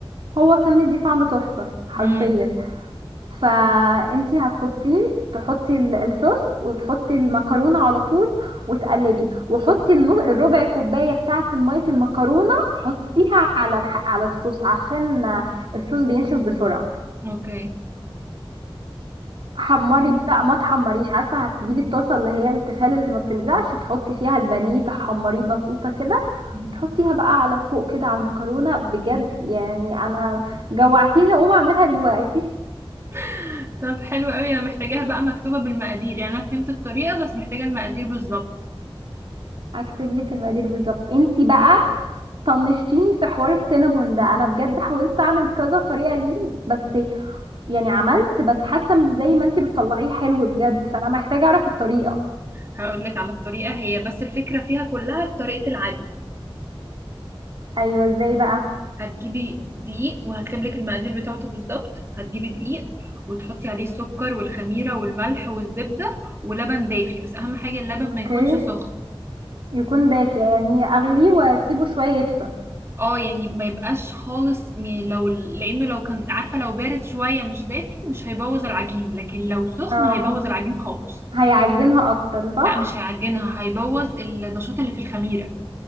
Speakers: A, on the right; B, on the right.
A: هو كان مدي طعم تحفه حرفيا
B: امم
A: فانتي هتحطيه تحطي ال- الصوص وتحطي المكرونه على طول وتقلبي وحطي النو- الربع كوبايه بتاعه الميه المكرونه حطيها على الح... على الصوص عشان الصوص بينشف بسرعه
B: اوكي
A: حمري بقى ما تحمريش عارفه هتجيبي الطاسه اللي هي التيفال اللي ما بتلزقش تحطي فيها البانيه تحمريه بسيطه كده
B: مم.
A: تحطيها بقى على فوق كده على المكرونه بجد يعني انا جوعتيني اقوم اعملها دلوقتي
B: <laughs> طب حلو قوي انا محتاجاها بقى مكتوبة بالمقادير يعني انا فهمت الطريقة بس محتاجة المقادير بالظبط
A: هكتب لك المقادير بالظبط انتي بقى طنشتيني في حوار السينابون ده انا بجد حاولت اعمل كذا طريقه ليه بس يعني عملت بس حاسه إن زي ما انتي بتطلعيه حلو بجد فانا محتاجه اعرف الطريقه
B: هقولك على الطريقة هي بس الفكرة فيها كلها في طريقة العجن
A: ايوه ازاي بقى
B: هتجيبي دقيق وهكتب لك المقادير بتاعته بالظبط هتجيبي دقيق وتحطي عليه السكر والخميرة والملح والزبدة ولبن دافي بس أهم حاجة اللبن ما
A: اوكي
B: يكونش سخن
A: يكون دافي يعني اغليه واسيبه شويه يدفى
B: اه يعني ما يبقاش خالص م- لو لأنه لو كان عارفة لو بارد شوية مش دافي مش هيبوظ العجين لكن لو سخن
A: اه
B: هيبوظ العجين خالص
A: هيعجنها اكتر صح
B: لا مش هيعجنها هيبوظ النشاط اللي في الخميرة